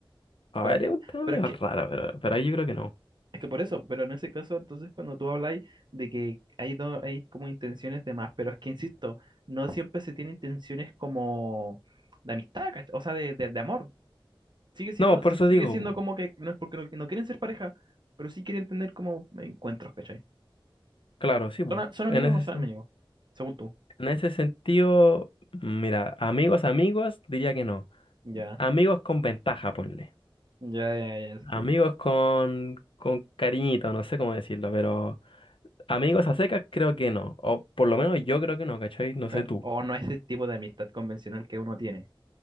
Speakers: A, on the left; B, on the right.
A: A
B: Pero
A: ver,
B: es que,
A: es un tema
B: pero
A: medio
B: es que
A: raro, pero, pero ahí yo creo que no.
B: Es que por eso, pero en ese caso, entonces cuando tú habláis de que hay, do- hay como intenciones de más, pero es que insisto, no siempre se tienen intenciones como de amistad, ¿cach- O sea, de, de- de amor. Sigue siendo,
A: No, por
B: sí,
A: eso
B: sigue
A: digo,
B: siendo
A: po.
B: como que no es porque no, no quieren ser pareja, pero sí quieren tener como encuentros, ¿cachai?
A: Claro, sí, po.
B: ¿Son, a- son
A: En
B: amigos
A: ese,
B: o no son
A: sen-
B: amigos? Según tú.
A: en ese sentido, mira, amigos, amigos, diría que no.
B: Ya,
A: amigos con ventaja, ponle.
B: ya, ya, ya, sí,
A: Amigos
B: te cacho.
A: con, con cariñito, no sé cómo decirlo, pero amigos a secas creo que no. O por lo menos yo creo que no, ¿cachai? No sé
B: Claro,
A: tú.
B: O no es el tipo de amistad convencional que uno tiene.